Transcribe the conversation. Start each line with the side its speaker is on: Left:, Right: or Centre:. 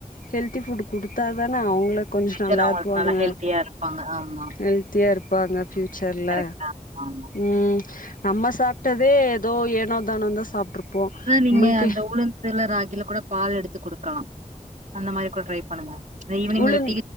Left: ஹெல்தி ஃபுட் குடுத்தா தான அவங்களு கொஞ்சோ
Right: ஃபியூச்சர்
Left: நல்லாருப்பாங்க
Right: அவங்களுக்கு நல்லா ஹெல்த்தியா இருப்பாங்க ஆமா
Left: ஹெல்தியா இருப்பாங்க ஃப்யூச்சர்ல
Right: கரெக்டா ஆமா
Left: ம் நம்ம சாப்ட்டதே எதோ ஏனோ தானோன்தா சாப்ட்ருப்போ
Right: ஏன்னா நீங்க
Left: நம்மளுக்கே
Right: அந்த உளுந்துல ராகில கூட பால் எடுத்து குடுக்கலா அந்த மாரி கூட ட்ரை பண் ஈவினிங்ல
Left: உளுந்
Right: டீ